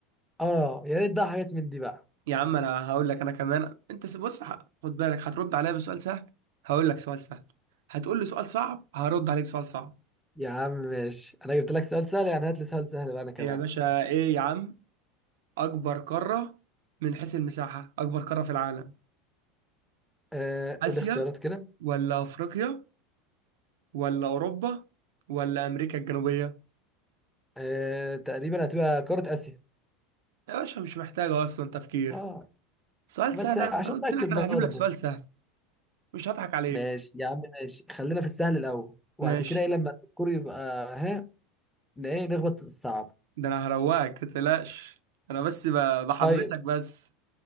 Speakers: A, in the centre; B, on the right.
A: اه يا ريت بقى حاجات من دي بقى
B: يا عم انا هقول لك انا كمان انت س- بص ه- خد بالك هترد عليا بسؤال سهل هقول لك سؤال سهل هتقول لي سؤال صعب هرد عليك سؤال صعب
A: يا عم ماشي انا جبت لك سؤال سهل يعني هات لي سؤال سهل بقى انا كمان
B: يا باشا ايه يا عم اكبر قارة من حيث المساحة اكبر قارة في العالم
A: آه
B: اسيا
A: قول لي اختيارات كده
B: ولا افريقيا ولا اوروبا ولا امريكا الجنوبية
A: آه تقريبا هتبقى قارة اسيا
B: يا باشا مش محتاجة اصلا تفكير
A: اه
B: سؤال
A: بس
B: سهل
A: عشان
B: انا قلت
A: اتاكد
B: لك انا
A: برضه
B: هجيب لك سؤال سهل مش هضحك عليك
A: ماشي يا عم ماشي خلينا في السهل الاول وبعد
B: ماشي
A: كده ايه لما الكور يبقى ها ن- ايه نخبط الصعب
B: ده انا هروقك متقلقش انا بس ب- بحمسك
A: طيب
B: بس